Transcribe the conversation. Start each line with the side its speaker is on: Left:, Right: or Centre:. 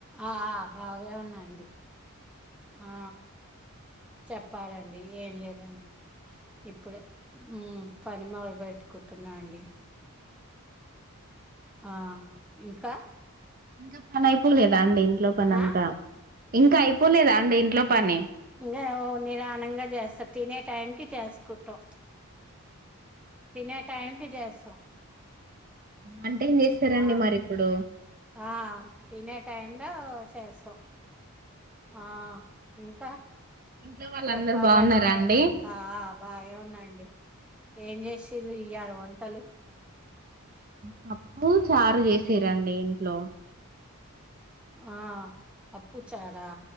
Centre: ఆ బాగా ఉన్నాయి అండి ఆ చెప్పాలండి ఏం లేదండి ఇప్పుడే పని మొదలు పెట్టుకుంటున్నా అండి ఆ ఇంకా
Right: ఇంకా పని అయిపోలేదా అండి ఇ లో పనంతా
Centre: ఆ
Right: ఇంకా అయిపోలేదా అండి ఇంట్లో పని
Centre: ఇంగ నిదానంగా చేస్తా తినే టైం కి చేసుకుటాం తినే టైంకి చేస్తాం
Right: అంటే ఏం చేస్తారండి
Centre: ఆ
Right: మరి ఇప్పుడు
Centre: ఆ తినే టైమ్‌లో చేస్తాం ఆ ఇంకా
Right: ఇంట్లో వాళ్ళందరు
Centre: చెప్పారండి
Right: బాగున్నారా అండి
Centre: ఆ బాగే ఉన్నాండి ఏం చేషిరు ఇయాలా వంటలు
Right: పప్పు చారు చేసిరండి ఇంట్లో
Centre: ఆ పప్పుచారా